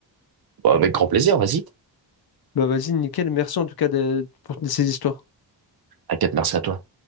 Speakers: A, on the right (about 55°); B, on the left (about 55°).
A: Bon, avec grand plaisir, vas-y.
B: Bah vas-y, nickel. Merci en tout cas de, pour ces histoires.
A: T'inquiète, merci à toi.